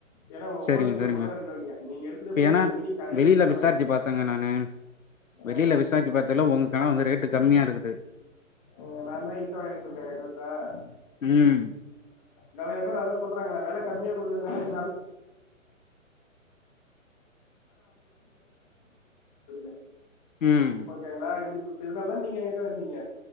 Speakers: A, on the left; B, on the left.
A: ஏன்னா
B: சரிங்க
A: ஹோல்சேல்
B: சரிங்க.
A: கூடதா எடுக்கறீங்க நீங்க எடுத்துட்டு
B: இப்ப
A: போய்
B: ஏன்னா
A: நீங்க மினி கடையே
B: வெளியில
A: வைக்கலாம்
B: விசாரிச்சு
A: போல
B: பாத்தேங்க நானு. வெளியில
A: ஆ
B: விசாரிச்சு பாத்ததுல உங்க கனவு வந்து ரேட்டு
A: ஆ
B: கம்மியா இருக்குது.
A: ஆ நாந்தா இளிச்சவாயன்ருக்கேன் <unintelligible> ஆ
B: ம்
A: நெறயா பேர் அதா சொல்றாங்க நா வெல கம்மியா குடுக்கறது <unintelligible>
B: ம்,
A: ஓகேங்லா இப்டி சு இதுனால தான நீங்க என் கிட்ட வந்தீங்க